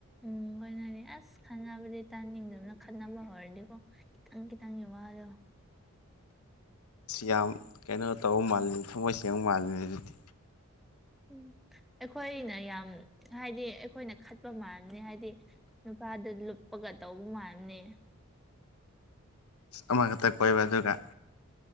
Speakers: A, in the centre; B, on the left.
A: ꯎꯝ ꯀꯣꯏꯅꯅꯤ ꯑꯁ ꯈꯠꯅꯕꯗꯤ ꯇꯥꯅꯤꯡꯗꯕꯅ ꯈꯠꯅꯕ ꯍꯧꯔꯗꯤꯀꯣ ꯈꯤꯇꯪ ꯈꯤꯇꯪꯒꯤ ꯋꯥꯗꯣ
B: ꯌꯥꯝ ꯀꯩꯅꯣ ꯇꯧꯕ ꯃꯥꯜꯂꯤ ꯊꯃꯣꯏ ꯁꯦꯡꯕ ꯃꯥꯜꯂꯤꯅꯤ ꯍꯧꯖꯤꯛꯇꯤ
A: ꯎꯝ ꯑꯩꯈꯣꯏꯅ ꯌꯥꯝ ꯍꯥꯏꯗꯤ ꯑꯩꯈꯣꯏꯅ ꯈꯠꯄ ꯃꯥꯅꯤ ꯍꯥꯏꯗꯤ ꯅꯨꯄꯥꯗ ꯂꯨꯞꯄꯒ ꯇꯧꯕ ꯃꯥꯅꯦ
B: ꯑꯃ ꯈꯛꯇ ꯀꯣꯏꯕ ꯑꯗꯨꯒ